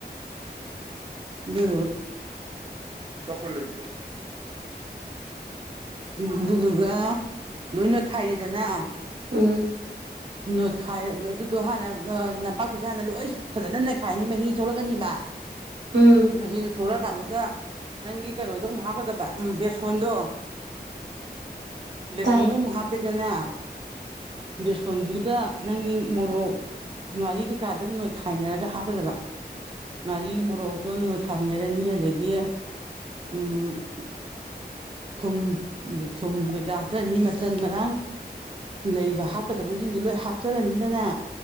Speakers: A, on the right; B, on the right.
A: ꯗꯨ ꯀ ꯀꯣ ꯂꯩꯦ ꯑꯗꯨꯗꯨꯒ ꯂꯣꯏꯅ ꯈꯥꯏꯔꯦꯗꯅ
B: ꯎꯝ
A: ꯅꯣꯏꯈꯥꯏ ꯑꯗꯨꯗꯣ ꯍꯥꯟꯅ ꯅꯝꯄꯥꯛꯄꯤꯗꯣ ꯍꯥꯟꯅ ꯂꯣꯏ ꯐꯖꯅ ꯅꯩꯈꯥꯏꯅꯤ ꯃꯍꯤ ꯊꯣꯛꯂꯛꯀꯅꯤꯕ
B: ꯎꯝ
A: ꯃꯍꯤꯗꯨꯣ ꯊꯣꯛꯂꯛꯑꯀꯥꯟꯗꯨꯗ ꯅꯪꯒꯤ ꯀꯩꯅꯣꯗꯣ ꯑꯃꯨꯛ ꯍꯥꯞꯀꯗꯕ ꯕꯦꯁꯣꯟꯗꯣ ꯕꯦꯁꯣꯟꯗꯣ
B: ꯇꯥꯏ
A: ꯑꯃꯨꯛ ꯍꯥꯞꯄꯦꯗꯅ ꯕꯦꯁꯣꯟꯗꯨꯗ ꯅꯪꯒꯤ ꯃꯣꯔꯣꯛ ꯉꯥꯔꯤ ꯀꯩꯀꯥ ꯑꯗꯨꯝ ꯅꯣꯏꯈꯥꯏꯅꯔꯒ ꯍꯥꯞꯀꯗꯕ ꯉꯥꯔꯤ ꯃꯣꯔꯣꯛꯇꯣ ꯅꯣꯏꯈꯥꯏꯅꯔꯅꯤ ꯑꯗꯒꯤ ꯎꯝ ꯊꯨꯝ ꯊꯨꯝ ꯀꯩꯀꯥ ꯆ ꯑꯅꯤ ꯃꯆꯟ ꯃꯔꯥꯡ ꯂꯩꯕ ꯍꯥꯞ ꯆꯀꯗꯕꯁꯤꯡꯗꯨ ꯂꯣꯏ ꯍꯥꯞꯆꯔꯅꯤꯗꯅ